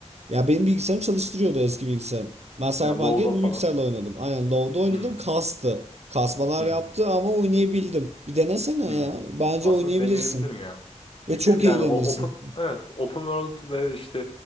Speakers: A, on the right (about 60°); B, on the left (about 45°).
A: Ya benim bilgisayarım çalıştırıyordu eski bilgisayarım. Ben Cyberpunk'ı
B: Yani LoL'da
A: bu
B: falan.
A: bilgisayarla oynadım. Aynen Low'da oynadım.
B: Hmm.
A: Kastı. Kasmalar
B: Hı
A: yaptı
B: hı.
A: ama oynayabildim. Bir denesene
B: Hmm.
A: ya. Bence
B: Aslında
A: oynayabilirsin.
B: deneyebilirim ya.
A: Ve
B: Çünkü
A: çok eğlenirsin.
B: yani o open evet open world ve işte